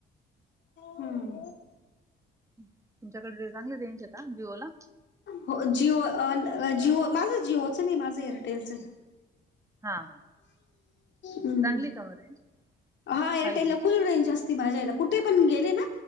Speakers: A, on the left (about 65°); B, on the right (about 15°).
A: हम्म.
B: तुमच्याकडे चांगली रेंज आहे का जिओ ला?
A: हो. जिओ जिओ माझं जिओचं नाही माझं एअरटेलचं आहे.
B: हा ह.
A: हम्म
B: चांगली आहे का मग रेंज?
A: हा एअरटेल
B: फाय जी
A: ला
B: ची?
A: फुल रेंज असते माझ्याला कुठे पण गेले ना